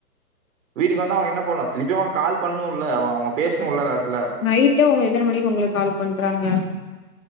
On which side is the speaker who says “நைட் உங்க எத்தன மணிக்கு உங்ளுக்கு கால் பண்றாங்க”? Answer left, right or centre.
Left